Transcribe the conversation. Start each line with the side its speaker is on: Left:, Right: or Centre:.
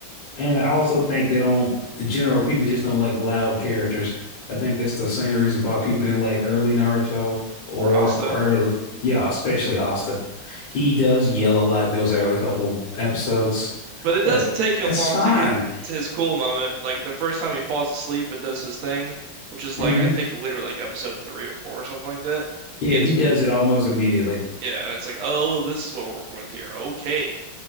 Left: And I also think they don't the general people just don't like loud characters. I think that's the same reason why people didn't like early Naruto or
Right: or Asta.
Left: early yeah, especially Asta. He does yell a lot in those early couple episodes,
Right: But it
Left: but
Right: doesn't take him
Left: that's
Right: long
Left: fine.
Right: to get to his cool moment. Like the first time he falls asleep and does his thing, which is
Left: hmm
Right: like I think literally like episode three or four or something like that.
Left: Yeah,
Right: It's
Left: he does it almost immediately.
Right: yeah, and it's like, oh, this is what we're working with here. Okay.